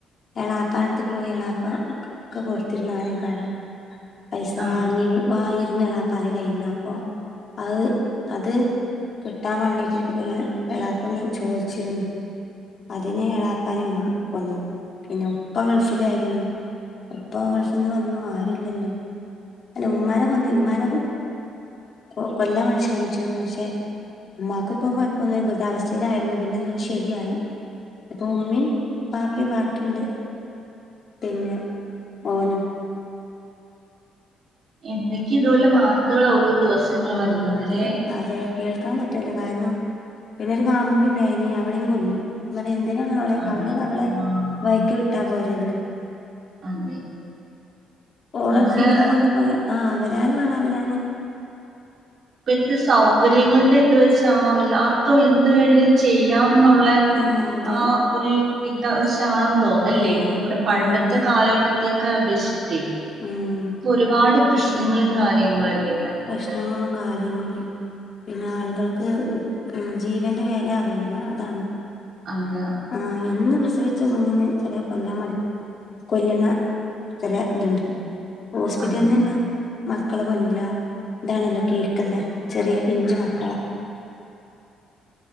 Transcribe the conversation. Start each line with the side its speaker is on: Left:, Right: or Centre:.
Left: എളാപ്പനത്ത് പോയി എളാപ്പ ഒക്കെ കൊടുത്തിന്നു ആദ്യം കാടം പൈസ
Right: ആഹ്
Left: വാങ്ങി വാങ്ങിരുന്നളാപ്പാല <unintelligible> അപ്പോ അത് അത് കിട്ടാൻ വേണ്ടിട്ട് പിന്നെ എളപ ഒന്ന് ചോദിച്ചിരുന്നു. അതിനെ ഇളാപ്പാനും കൊ കൊന്നു പിന്നെ ഉപ്പ ഗൾഫിലായിരുന്നു. ഇപ്പ ഗൾഫ് ഒന്നന്ന് വന്നു ആരുല്ലല്ലോ? അല്ല ഉമ്മാനെ കൊന്നി ഉമ്മാനെ കൊ കൊ കൊല്ലാൻ വേണ്ടി ശ്രമിച്ചിരുന്നു പക്ഷെ ഉമ്മാക്ക് ഇപ്പൊ കുഴപ്പമൊന്നുമില്ല ദുരിതാവസ്ഥ ലയിരുന്നു പിന്നെ എന്ത ശരിയായി ഇപ്പൊ ഉമ്മയും പാപ്പയും ബാക്കിയുണ്ട് പിന്നെ ഓനും
Right: എന്തൊക്കെയ ഇതുപോലെ വാർത്തകൾ ഓരോ ദിവസങ്ങളും
Left: ആ
Right: വരുന്നതല്ലേ?
Left: അതെ അതെ കേൾക്കാൻ പറ്റുവല്ലോ കാരണം പിന്നെ ഒരു കാമുുകി ഉണ്ടായിനി അവളിം കൊന്നു. അ എന്തിനാണ് അവളെ
Right: അതെ
Left: അവള് അവളെ
Right: ആഹ്
Left: വയ്ക്ക് വിട്ടാ പോരരുന്നോ?
Right: അതെ
Left: ഓള
Right: നമ്മുടെ
Left: ജീവിതം കൊണ്ടു പോയ ആ അവനാനാ വേണം അവനാന്.
Right: ഇപ്പത്തെ സൗകര്യങ്ങളുടെ ഇത് വെച്ചാണോ എല്ലാവർക്കും എന്ത് വേണമേിലും ചെയ്യാം. നുള്ള
Left: ആ അതെ
Right: ആ ഒരു ഇതാ ചാണ് തോന്നല്ലേ
Left: ആ
Right: നമ്മുടെ പണ്ടത്തെ
Left: ആ അതെ
Right: കാലഘട്ടത്തേക്കെ അപേക്ഷി ഇപ്പൊ
Left: ഉം
Right: ഒരുപാട് പ്രശ്നങ്ങളും
Left: ഓരോ
Right: കാര്യങ്ങളും അല്ലേ വരുന്നത്
Left: പ്രശ്നങ്ങളും കാര്യ യ പിന്നെ ആളുകൾക്ക് ആ ജീവന്റെ വെല അറിയില്ല അതാണ്
Right: അല്ല
Left: ആഹ് ഇന്ന് പിച്ചവെച്ച കുഞ്ഞിനെ ചില കൊല്ലാമടി കൊല്ലുന്ന ചില ഇതുണ്ട് ഹോസ്പിറ്റലിൽ
Right: അതെ
Left: നിന്ന് മക്കളെ കൊല്ലുഅ ഇതാണല്ലോ കേക്കുന്ന ചെറിയ പിഞ്ചു മക്കളെ
Right: അതെ